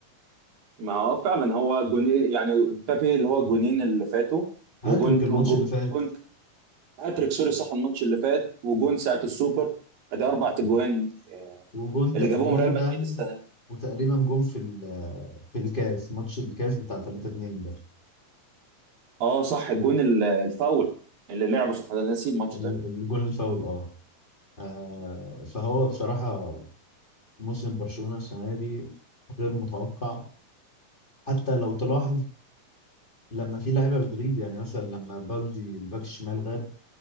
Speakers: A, on the right; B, on the left.
A: ما هو فعلا هو جونين يعني بابي اللي هو الجونين اللي فاتوا وجون
B: هاتريك الماتش
A: وجونت
B: اللي فات
A: هاتريك سوري صح الماتش اللي فات وجون ساعه السوبر ده اربع تجوان آه،
B: وجون
A: اللي
B: تقريبا
A: جابوهم ريال مدريد السنه دي.
B: وتقريبا جون في ال- في الكاس ماتش الكاس بتاع 3 2 ده
A: اه صح الجون ال- الفاول اللي لعبه صح ده أنا نسيت الماتش
B: ال-
A: ده
B: الجون الفاول اه آه، فهو بصراحه موسم برشلونة السنة دي غير متوقع حتى لو تلاحظ لما في لعيبة بتغيب يعني مثلا لما بالدي الباك الشمال غاب